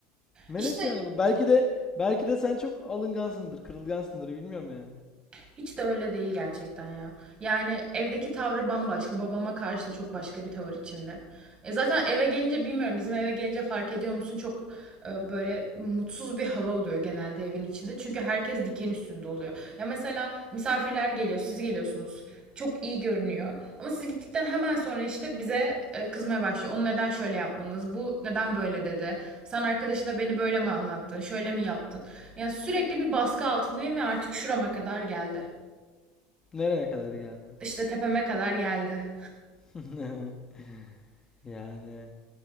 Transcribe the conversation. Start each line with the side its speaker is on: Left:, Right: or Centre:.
Left: Melek
Right: İşte
Left: yani bu. Belki de belki de sen çok alıngansındır, kırılgansındır bilmiyorum yani.
Right: Hiç de öyle değil gerçekten ya. Yani evdeki tavrı bambaşka. Babama karşı da çok başka bir tavır içinde. E zaten eve gelince bilmiyorum bizim eve gelince fark ediyor musun? Çok e, böyle mutsuz bir hava oluyor genelde evin içinde. Çünkü herkes diken üstünde oluyor. Ya mesela misafirler geliyor, siz geliyorsunuz. Çok iyi görünüyor. Ama siz gittikten hemen sonra işte bize e, kızmaya başlıyor. Onu neden şöyle yapmanız? Bu neden böyle dedi? Sen arkadaşına beni böyle mi anlattın? Şöyle mi yaptın? Yani sürekli bir baskı altındayım ve artık şurama kadar geldi.
Left: Nereye kadar geldi?
Right: İşte tepeme kadar geldi.
Left: <laughs> Yani.